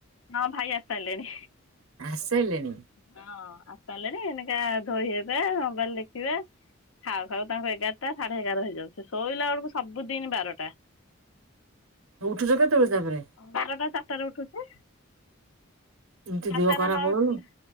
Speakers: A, on the left; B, on the right.
A: ହଁ ଭାଇ ଆସି ସାରିଲେଣି।
B: ଆସିସାଇଲେଣି।
A: ହଁ ଆସି ସାରିଲେଣି। ଏଇନିକା ଧୋଇ ହେବେ ମୋବାଇଲ ଦେଖିବେ। ଖାଉ ଖାଉ ତାଙ୍କୁ ଏଗାରଟା ସାଢେ ଏଗାର ହେଇଯାଉଚି। ଶୋଇଲା ବେଳକୁ ସବୁଦିନ ବାରଟା।
B: ଉଠୁଛ କେତେବେଳେ ତାପରେ?
A: ବାରଟା, ଚାରିଟାରେ ଉଠୁଚି।
B: ଏମିତି
A: ଚାରିଟାରେ
B: ଦେହ ଖରାପ
A: ନ
B: ହବନି।
A: ଉଠିଲେ